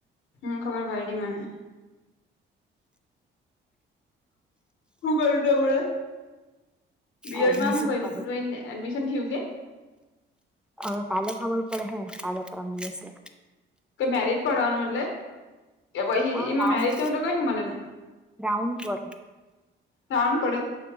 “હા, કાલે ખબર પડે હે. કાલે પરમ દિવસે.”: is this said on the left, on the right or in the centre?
Centre